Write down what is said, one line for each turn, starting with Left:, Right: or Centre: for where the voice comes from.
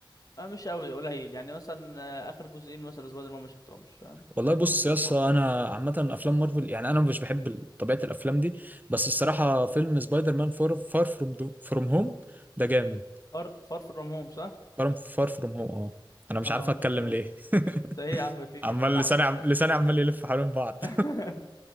Left: آه، مش قوي قليل يعني مثلا آه، اخر جزئين مثلا سبايدر مان ما شفتهمش فاهم
Right: والله
Left: بقيت
Right: بص
Left: بحسه
Right: يا
Left: اطفال
Right: اسطى
Left: شويه
Right: انا عامه افلام مارفل يعني انا مش بحب ال- طبيعه الافلام دي بس الصراحه فيلم سبايدر مان فور فار فروم فروم هوم ده جامد
Left: فار فار فروم هوم صح
Right: فار فار فروم هوم اه انا مش
Left: اه
Right: عارف اتكلم
Left: ده جامد
Right: ليه <laughs>
Left: <laughs> انت ايه يا عم في إيه
Right: عمال
Left: التلعثم
Right: لساني عم...
Left: ده
Right: لساني عمال يلف حوالين بعض
Left: <laughs>